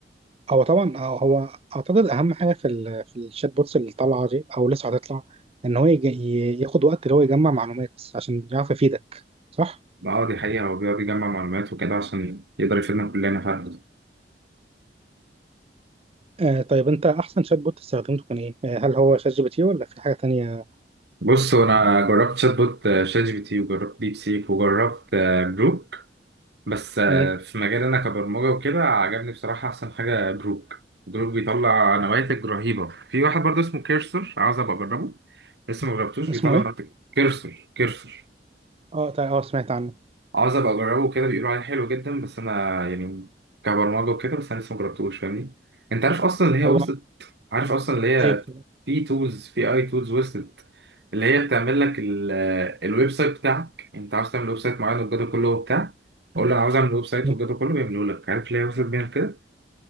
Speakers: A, on the right (about 35°); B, on the right (about 70°).
A: هو طبعا آه، هو اعتقد اهم حاجه في ال... في الشات بوتس اللي طالعه دي او لسه هتطلع ان هو يج... ي- ياخد وقت اللي هو يجمع معلومات عشان يعرف يفيدك صح
B: اه دي حقيقه هو بيقعد يجمع معلومات وكده عشان يقدر يفيدنا كلنا فعلا
A: آه طيب انت احسن شات بوت استخدمته كان ايه؟ آه هل هو شات جي بي تي ولا في حاجة تانية؟
B: بص هو انا جربت شات بوت آه، شات جي بي تي وجربت ديب سيك وجربت آه، بروك بس آه،
A: مم.
B: في مجال انا كبرمجه وكده عجبني بصراحه احسن حاجه بروك بروك بيطلع نواتج رهيبه في واحد برضه اسمه كيرسر عاوز ابقى اجربه لسه ما جربتوش
A: اسمه
B: بيطلع
A: ايه؟
B: نواتج كيرسر كيرسر
A: اه طيب اه سمعت عنه
B: عاوز ابقى اجربه كده بيقولوا عليه حلو جدا بس انا يعني كبرمجه وكده بس انا لسه ما جربتوش فاهمني انت عارف اصلا اللي هي
A: هو
B: وصلت عارف اصلا اللي هي
A: ايه
B: في تولز في اي تولز وصلت اللي هي بتعمل لك ال- الويب سايت بتاعك انت عاوز تعمل ويب سايت معين والجو ده كله وبتاع قول له انا مم. عاوز اعمل ويب سايت
A: مم.
B: والجو ده كله بيعمله لك عارف ليه وصلت بيها كده